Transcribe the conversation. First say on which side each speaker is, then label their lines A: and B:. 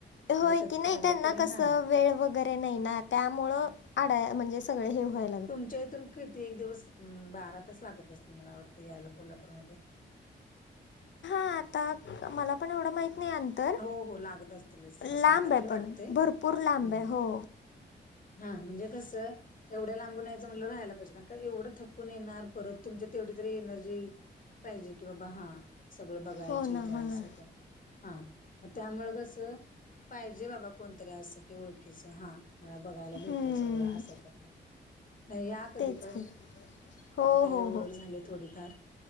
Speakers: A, on the left; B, on the left.
A: होय
B: म्हणजे कधी
A: की, नाही
B: तर आलं
A: त्यांना
B: तरी
A: कसं,
B: हा
A: वेळ वग गरे नाही ना. त्यामुळं अडाय म्हणजे सगळे हे व्हाय
B: तुमच्या इथून किती एक दिवस, बारा तास लागत असतील मला वाटतें, यायला कोल्हापूरमध्ये.
A: हा आता मला पण एवढं माहीत नाही अं तर,
B: हो हो लागत असतीलच असं
A: लांबे
B: मला तरी वाटतंय
A: पण, भरपूर लांबे.
B: हम्म.
A: हो.
B: हा, म्हणजे कसं एवढ्या लांबून या्यायचं म्हटलंत राहायला पाहिजे. कारण का एवढं थकून येणार, परत तुमच्या तेवढी तरी एनर्जी पाहिजे कि बाबा हा, सगळं बघायची
A: हो ना
B: त्यानसाठी,
A: हो ना
B: हा. मग त्यामुळ कसं, पाहिजे बाबा कोणतरी असं की, ओळखीचं. हां. मला बघायला भेटल
A: हम्म
B: सगळं, असं म्हणून. नाही या कधी
A: तेच
B: पण.
A: की हो
B: आता काय
A: हो
B: ओळख
A: हो
B: झालीय थोडीफार.